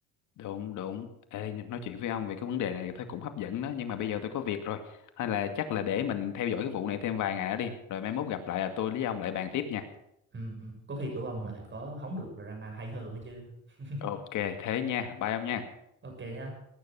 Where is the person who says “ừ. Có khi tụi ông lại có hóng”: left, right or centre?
Right